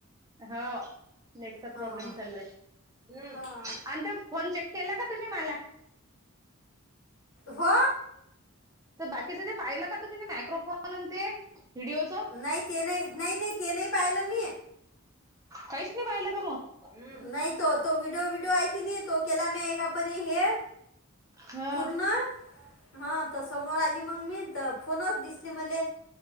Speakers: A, on the right; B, on the left.
A: हा नेटचा
B: हां
A: प्रॉब्लेम चालू आहे हम्म
B: हां
A: आणि फोन चे केला का तुम्ही मला?
B: हो.
A: तर बाकीच ते पाहिलं का तुम्ही ते मायक्रोफोन आण ते व्हिडिओच
B: नाही ते नाही नाही नाही ते नाही पाहिलं मी.
A: काहीच नाही पाहिलं का तु? हम्म.
B: नाही तो तो व्हिडिओ व्हडिओ ऐ की नाही तो केला मी एकापरी हे
A: हा
B: पूर्ण हा तसं मोर आली मग मी त फोनच दिसली मले.